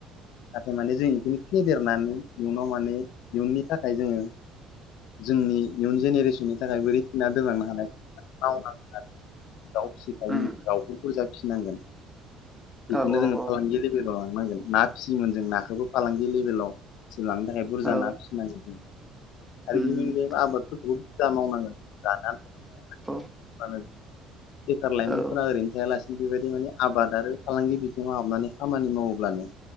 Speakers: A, on the left; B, in the centre.
A: नाथाय माने जों इखौनो फेदेरनानै इयुनाव माने इयुननि थाखाय जोङो जोंनि इयुन जेनेरेसननि थाखाय बोरै थिना दोनलांनो हानाय मावनांगोन आरो दाउ फिसिखायो
B: उम
A: दाउखौ बुरजा फिसिनांगोन बेखौनो
B: औ
A: जोङो
B: औ
A: फालांगि लेबेलाव ला <unintelligible> ना फिसियोमोन जों नाखोबो फालांगि लेबेलाव लांनो थाखाय बुरजा
B: औ
A: ना फिसिनांगोन जों आरो
B: उम
A: बिनि अनगायैबो आबादफोरखौ बुरजा मावनांगोन
B: औ
A: <unintelligible> <unintelligible> बेखार लाइमोनफोरा
B: औ
A: ओरैनो थायालासे बेबायदि माने आबाद आरो फालांगि बिथिङाव हाबनानै खामानि मावोब्लानो